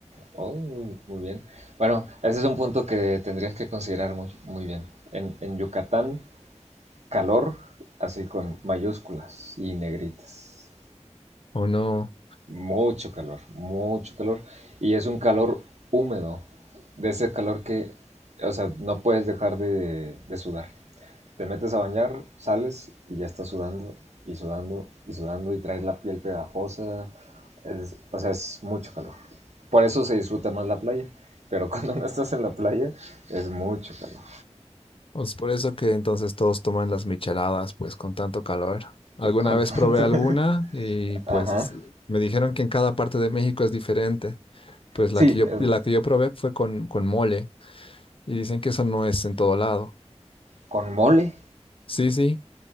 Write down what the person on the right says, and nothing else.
Oh, muy, muy bien. Bueno, ese es un punto que tendrías que considerar muy, muy bien. En, en Yucatán calor, así con mayúsculas y negritas.
Mucho calor, mucho calor. Y es un calor húmedo, de ese calor que, o sea, no puedes dejar de, de sudar. Te metes a bañar, sales y ya estás sudando y sudando y sudando y traes la piel pegajosa. Es- o sea, es mucho calor. Por eso se disfruta más la playa. Pero <laughs> cuando no estás en la playa, es mucho calor.
<laughs> Con
tanto...
Ajá.
Sí,
em,
con mole.